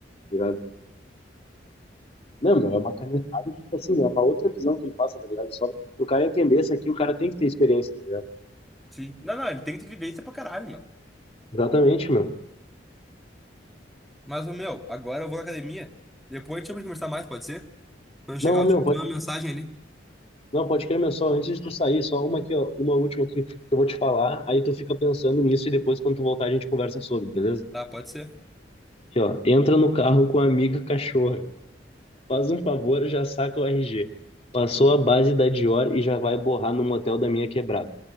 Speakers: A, on the left (about 35°); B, in the centre.
A: ligado? Não, meu, é uma canetada, tipo assim, é uma outra visão que ele passa, tá ligado? Só pro cara entender isso aqui, o cara tem que ter experiência, tá ligado?
B: Sim. Não, não, ele tem que ter vivência pra caralho, meu.
A: Exatamente, meu.
B: Mas, ô, meu, agora eu vou na academia. Depois a gente vai conversar mais, pode ser? Quando eu chegar,
A: Não,
B: eu
A: meu,
B: te te
A: pode,
B: mando uma mensagem ali.
A: não, pode crer, meu, só antes de tu sair, só uma aqui, ó, uma última aqui que eu vou te falar, aí tu fica pensando nisso e depois quando tu voltar a gente conversa sobre, beleza?
B: Tá, pode ser.
A: Aqui, ó, entra no carro com a amiga cachorra. Faz um favor, já saca o RG. Passou a base da Dior e já vai borrar no motel da minha quebrada.